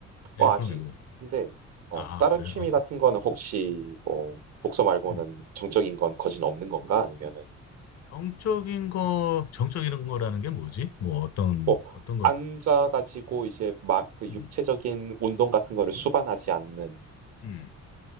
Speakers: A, on the right (about 60°); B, on the left (about 60°).
A: 어
B: 에릭
A: 아직.
B: 프롬 읽어봤어?
A: 근데 어,
B: 아
A: 다른
B: 아, 그래?
A: 취미
B: 어.
A: 같은 거는 혹시 뭐 독서 말고는
B: 음.
A: 정적인 건 거진 없는 건가? 아니면은
B: 정적인 거 정적인 거라는 게 뭐지? 뭐 어떤
A: 뭐
B: 어떤 걸?
A: 앉아가지고 이제 막 그
B: 음.
A: 육체적인 운동 같은 거를 수반하지 않는
B: 음.